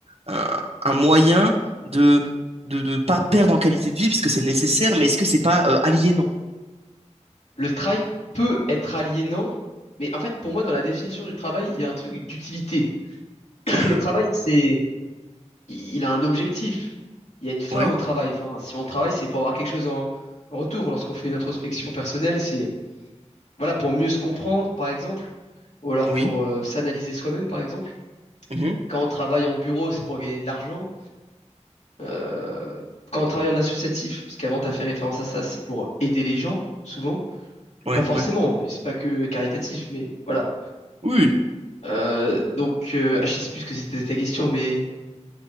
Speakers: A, on the right; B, on the left.
A: un, un moyen de de ne pas perdre en qualité de vie, puisque c'est nécessaire, mais est-ce que c'est pas euh, aliénant?
B: le travail peut être aliénant mais en fait pour moi dans la définition du travail il y a un truc d'utilité <laughs>
A: Ok,
B: le travail c'est il a un objectif il y a une fin
A: ouais,
B: au travail enfin si on travaille c'est pour avoir quelque chose en, en retour lorsqu'on fait une introspection personnelle c'est voilà pour mieux se comprendre par exemple ou alors
A: oui,
B: pour euh, s'analyser soi-même par exemple
A: mhm,
B: quand on travaille en bureau c'est pour gagner de l'argent Euh, quand on travaille en associatif, parce qu'avant t'as fait référence à ça, c'est pour aider les gens, souvent, ou
A: ouais,
B: pas forcément,
A: ouais.
B: et c'est pas que caritatif, mais voilà.
A: Oui,
B: Euh, donc, euh, ah, je sais plus ce que c'était ta question, mais